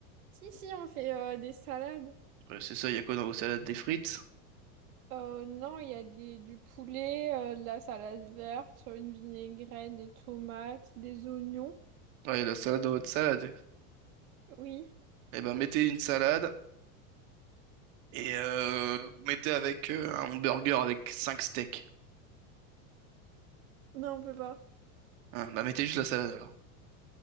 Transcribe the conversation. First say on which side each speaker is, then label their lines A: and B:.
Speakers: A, on the right; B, on the right.
A: Si, si, on fait euh, des salades.
B: Ouais, c'est ça, il y a quoi dans vos salades? Des frites?
A: Euh, non, il y a des, du poulet, euh, de la salade verte, une vinaigrette, des tomates, des oignons.
B: Ouais, la salade dans votre salade.
A: Oui.
B: Eh ben mettez une salade et euh, vous mettez avec euh, un hamburger avec 5 steaks.
A: Non, on peut pas.
B: Hein, bah mettez juste la salade alors.